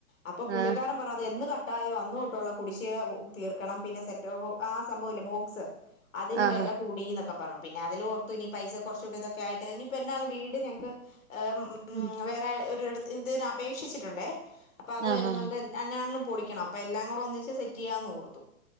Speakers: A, on the left; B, on the right.
A: അപ്പൊ പുള്ളിക്കാരൻ
B: ആ
A: പറഞ്ഞ അത് എന്ന് ക- ട്ടായൊ അന്നോട്ടുള്ള കുടിശ്ശിക തീർക്കണം പിന്നെ സെറ്റോ ആഹ് സംഭവില്ലെ ബോക്സ് അതിന്
B: ആഹാ
A: വെല കൂടീന്ന് ക്കെ പറഞ്ഞു പിന്നെ അതില്ഓർത്തു ഇനി പൈസ കുറച്ചൂടെ ഇതക്കെയായിട്ട് ഇനിയിപ്പ എന്നാണെലു വീട് ഞക്ക്- ഉം
B: ഉം
A: വേറെ ഒരുട്- ഇതിന് അപേക്ഷിച്ചിട്ടുണ്ടേ അപ്പൊ അത്
B: ആഹാ
A: വരുന്നൊണ്ട്
B: ആഹാ
A: എന്നാണേലും പൊളിക്കണം അപ്പൊ എല്ലാം കൂടൊന്നിച്ച് സെറ്റെയ്യാന്നോർത്തു